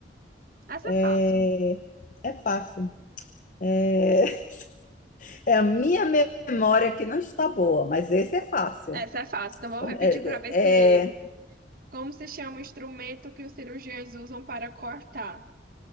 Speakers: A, on the right; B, on the left.
A: Essa
B: É,
A: é fácil.
B: é fácil. É, <laughs> é a minha memória que não está boa, mas esse é fácil.
A: Essa é fácil. Então, vou repetir
B: É,
A: para ver se
B: é-
A: Como se chama o instrumento que os cirurgiões usam para cortar?